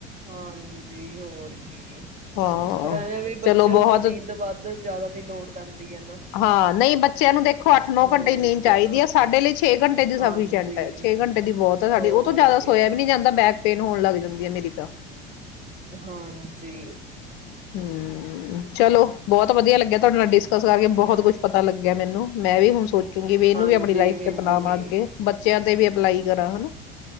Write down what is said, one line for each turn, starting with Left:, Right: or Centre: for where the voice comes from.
Right: ਹਾਂਜੀ ਹੋਰ ਕੀ ਹੈ
Left: ਹਾਂ
Right: ਪਰ ਐਵੇ ਵੀ ਬੱਚਿਆਂ
Left: ਚਲੋ
Right: ਨੂੰ
Left: ਬਹੁਤ
Right: ਤਾਂ ਨੀਂਦ ਵੱਧ ਜ਼ਿਆਦਾ ਦੀ ਲੋੜ ਪੈਂਦੀ ਹੈ ਨਾ
Left: ਹਾਂ ਨਹੀਂ ਬੱਚਿਆਂ ਨੂੰ ਦੇਖੋ ਅੱਠ ਨੋ
Right: ਹੋਰ
Left: ਘੰਟੇ ਦੀ ਨੀਂਦ
Right: ਕਿਆ
Left: ਚਾਹੀਦੀ ਹੈ ਸਾਡੇ ਲਈ ਛੇ ਘੰਟੇ ਦੀ ਸਫੀਸ਼ਟ
Right: ਹਾਂਜੀ
Left: ਹੈ ਛੇ ਘੰਟੇ ਦੀ ਬਹੁਤ ਹੈ ਸਾਡੀ
Right: ਹੋਰ
Left: ਉਹ ਤੋਂ ਜ਼ਿਆਦਾ
Right: ਕਿਆ
Left: ਸੋਇਆ ਵੀ ਨਹੀਂ ਜਾਂਦਾ ਬੈਕਪੇਨ ਹੋਣ ਲੱਗ ਜਾ ਹੋ ਗਈ ਹੈ ਮੇਰੀ ਤਾਂ
Right: ਹਾਂਜੀ
Left: ਹਮ ਚਲੋ ਬਹੁਤ ਵਧੀਆ ਲੱਗਿਆ ਤੁਹਾਡੇ ਨਾਲ ਡਿਸਕਸ ਕਰਕੇ ਬਹੁਤ ਕੁੱਛ ਪਤਾ ਲੱਗਿਆ ਮੈਨੂੰ ਮੈਂ ਵੀ ਹੁਣ ਸੋਚ ਕਿਉਂਕਿ ਇਹਨੂੰ
Right: ਹਾਂਜੀ
Left: ਵੀ ਆਪਣੀ ਲਾਈਫ
Right: ਮੈਨੂੰ
Left: ਚ ਅਪਣਾਵਾਂ
Right: ਵੀ
Left: ਅੱਗੇ ਬੱਚਿਆਂ ਤੇ ਵੀ ਅਪਲਾਈ ਕਰਾਂ ਹਨਾ